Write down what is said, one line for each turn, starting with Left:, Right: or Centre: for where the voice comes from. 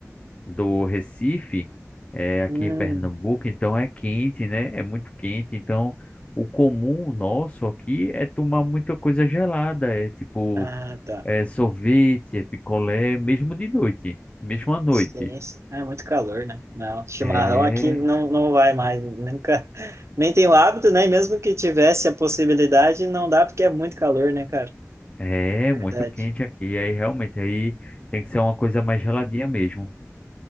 Left: do Recife, é, aqui
Right: Hum,
Left: em Pernambuco, então é quente, né? É muito quente. Então, o comum nosso aqui é tomar muita coisa gelada. É tipo,
Right: ah, tá.
Left: é sorvete, é picolé, mesmo de noite, mesmo à noite.
Right: Sim, sim. Ah, é muito calor, né? Não, chimarrão
Left: É,
Right: aqui não, não vai mais. Nunca. Nem tenho hábito, né? E mesmo que tivesse a possibilidade, não dá porque é muito calor, né, cara?
Left: é
Right: Verdade.
Left: muito quente aqui. Aí realmente aí tem que ser uma coisa mais geladinha mesmo.